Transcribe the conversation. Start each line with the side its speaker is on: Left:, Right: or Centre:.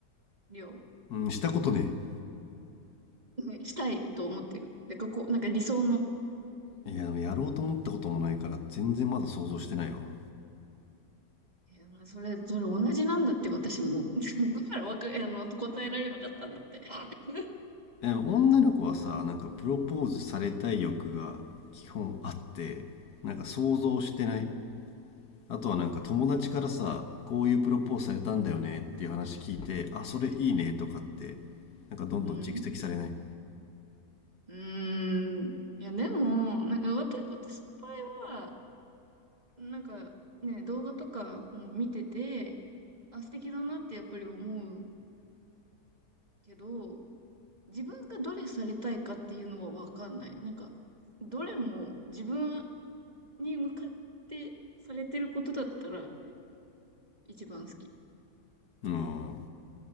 Right: りょ
Left: うん、したことね
Right: う、ねしたいと思ってる。で、ここ、なんか理想の。
Left: え。いや、でもやろうと思ったこともないから、全然まだ想像してないわ。
Right: いや、それ、それ同じなんだって、私も。<laughs> だからわか、あの、答えられなかったんだって。<laughs>
Left: え、女の子はさ、なんかプロポーズされたい欲が基本あって、なんか想像してないあとはなんか友達からさこういうプロポーズされたんだよねっていう話聞いてあそれいいねとかって
Right: うん。
Left: なんかどんどん蓄積されない
Right: うん。うん。いや、でも、なんか、わた、私の場合は、なんかね、動画とかも見てて、あ、素敵だなってやっぱり思うけど、自分がどれされたいかっていうのはわかんない。なんか、どれも自分に向かってされてることだったら一番好き。
Left: うん